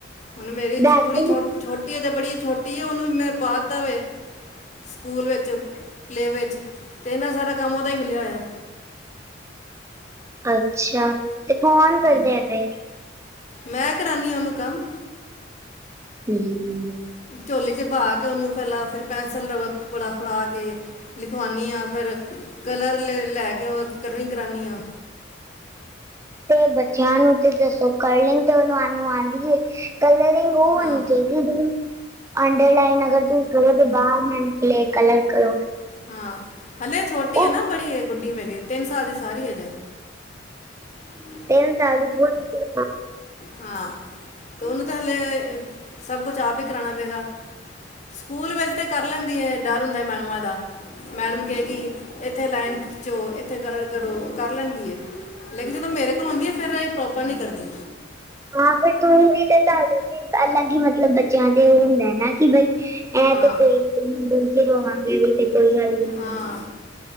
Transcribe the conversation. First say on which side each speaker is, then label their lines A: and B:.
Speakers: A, on the left; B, on the right.
A: ਹੁਣ ਮੇਰੀ
B: ਦੱਸ
A: ਕੁੜੀ
B: ਦਿਨ
A: ਛੋਟੀ ਏ ਤੇ ਬੜੀ ਛੋਟੀ ਏ ਉਨੂੰ ਵੀ ਮੈ ਪਾਤਾ ਵੇ ਸਕੂਲ ਵੇਚ, ਪਲੇ ਵੇਚ ਤੇ ਏਨਾਂ ਸਾਰਾ ਕੰਮ ਓਦਾ ਈ ਮਿਲਿਆ ਹੋਇਆ।
B: ਅੱਛਾ। ਤੇ ਕੋਨ
A: ਹਮ,
B: ਕਰਦੇ ਨੇ।
A: ਮੈਂ ਕਰਾਨੀ ਆ ੳਨੂੰ ਕਮ
B: ਹੂੰ
A: ਝੋਲੀ ਚ ਪਾ ਕੇ ਉਨੂੰ ਪੈਲਾਂ ਫੇਰ ਪੈਂਸਿਲ, ਰਬੜ ਫੜਾ ਕੇ ਲਿਖਵਾਨੀ ਆਂ ਫੇਰ ਕਲਰ ਲੇ ਲੈ ਕੇ ੳ ਕਲਰਿੰਗ ਕਰਾਨੀ ਆ।
B: ਤੇ ਬੱਚਿਆਂ ਨੂੰ ਤੇ ਦੱਸੋ ਕਰਲੀਂਗ ਤੇ ਓਨਾਨੂੰ ਆਂਦੀ ਐ ਕਲਰਿੰਗ ਓ ਹੋਨੀ
A: ਹਾਂ
B: ਚਾਇ ਦੀ, ਅੰਡਰਲਾਈਨ ਅਗਰ ਤੁਸੀ ਕਰੋ ਤੇ ਬਾਹਰ ਨਾ ਨਿਕਲੇ ਕਲਰ ਕਰੋ।
A: ਹਾਂ। ਹਲੇ ਛੋਟੀ
B: ਉਹ
A: ਏ ਨਾ ਬੜੀ ਗੁੱਡੀ ਮੇਰੀ ਤਿੰਨ ਸਾਲ ਦੀ ਸਾਰੀ ਹਜੇ। <inaudible>
B: ਤੀਨ ਸਾਲ ਦੀ ਬੋਤ <unintelligible>
A: ਹਾਂ, ਤੋ ਓਨੂੰ ਤੇ ਹਲੇ ਸਭ ਕੁਛ ਆਪ ਵੀ ਕਰਾਨਾ ਪਏਗਾ। ਸਕੂਲ ਵੇਚ ਤੇ ਕਰ ਲੈਂਦੀ ਏ, ਡਰ ਹੁੰਦਾ ਮੈਡਮਾਂ ਦਾ। ਮੈਡਮ ਕਏ ਗੀ ਏਥੇ ਲਾਈਨ ਖਿੱਚੋ, ਏਥੇ ਕਲਰ ਕਰੋ, ਕਰ ਲੈਂਦੀ ਏ। ਲੇਕਿਨ ਜਦੋ ਮੇਰੇ ਕੋਲ ਹੂੰਦੀ ਏ, ਫੇਰ ਏ ਪ੍ਰੋਪਰ ਨੀ ਕਰਦੀ।
B: ਹਾਂ ਫੇਰ ਤੂੰ ਵੀ ਤੇ ਤੁਡੇ ਅਲੱਗ ਈ ਮਤਲਬ ਬੱਚਿਆਂ ਤੇ ਹੁੰਦਾ ਏ ਨਾ ਕਿ ਬਈ।
A: ਹਾਂ
B: ਐ ਤੇ ਕੋਈ ਗੱਲ ਨੀ ਅਸੀ ਰੋਵਾਂਗੇ ਵੀ ਤੇ ਕੋਈ ਗੱਲ ਨੀ।
A: ਹਾਂ